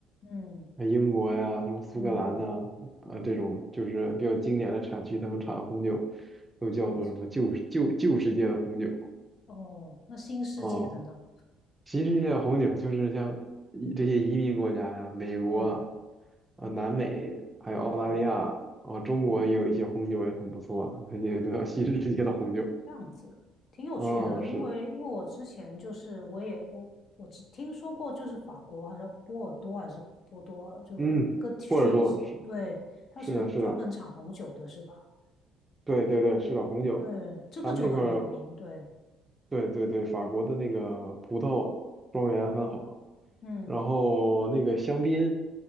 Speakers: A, on the left; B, on the right.
A: 嗯
B: 呃英国呀、什么苏格兰呐、
A: 嗯，
B: 啊，
A: 哦，
B: 这种就是比较经典的产区，他们产的红酒都叫做什么旧旧旧世界的红酒啊。
A: 这样子，哦，那新世界的呢？
B: 哦其实像红酒，就是像移这些移民国家呀、美国啊、
A: 嗯，
B: 呃南美，
A: 哦，
B: 还有澳大利亚啊、
A: 嗯
B: 中国也有一些红酒也很不错，
A: 嗯，
B: 那些都叫新世界的红酒。
A: 这样子，挺有趣的，
B: 啊、是的，
A: 因为因为我之前就是我也我我只听说过，就是法国好像波尔多还是波多尔，就有一个区是，
B: 嗯，波尔多是
A: 对，它是专门产红酒的，
B: 是的，是的，
A: 是吧？
B: 对对对，是的，红酒，
A: 对，这个就很有名，
B: 他们那块儿
A: 对，
B: 对对对，法国的那个葡萄庄园很好，
A: 嗯
B: 然后那个香槟